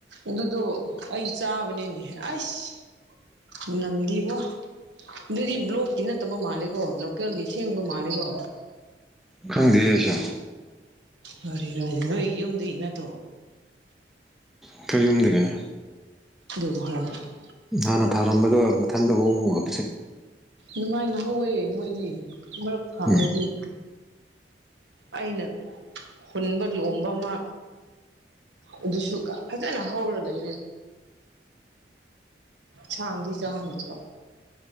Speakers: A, on the right; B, in the centre.
A: ꯑꯗꯨꯗꯣ ꯑꯩ ꯆꯥꯕꯅꯤꯅꯦ ꯑꯩꯁ ꯃꯅꯝꯗꯤ ꯋꯥ ꯑꯗꯨꯗꯤ ꯕ꯭ꯂꯣꯛꯀꯤ ꯅꯠꯇꯕ ꯃꯥꯜꯂꯦꯀꯣ ꯂꯣꯀꯦꯜꯒꯤ ꯁꯦꯡꯕ ꯃꯥꯜꯂꯦꯀꯣ
B: ꯈꯪꯗꯦ ꯑꯩꯁꯨ
A: ꯀꯔꯤꯔꯅꯦ ꯅꯣꯏ ꯌꯨꯝꯗꯒꯤ ꯅꯠꯇ꯭ꯔꯣ
B: ꯑꯩꯈꯣꯏ ꯌꯨꯝꯗꯒꯤꯅꯦ
A: ꯗꯨꯕꯨ <unintelligible>
B: ꯍꯥꯟꯅ ꯊꯥꯔꯝꯕꯗꯣ ꯃꯊꯟꯗ ꯍꯣꯃꯣ <unintelligible>
A: ꯗꯨꯃꯥꯏꯅ ꯍꯧꯋꯦ ꯃꯣꯏꯗꯤ ꯃꯔꯛ ꯊꯥꯔꯗꯤ
B: ꯎꯝ
A: ꯑꯩꯅ ꯍꯨꯟꯕ ꯂꯣꯝꯕ ꯑꯃ ꯑꯗꯨꯁꯨ ꯐꯖꯅ ꯍꯧꯔ ꯂꯩꯔꯦ ꯁꯥꯡꯗꯤ ꯆꯥꯍꯟꯗꯕ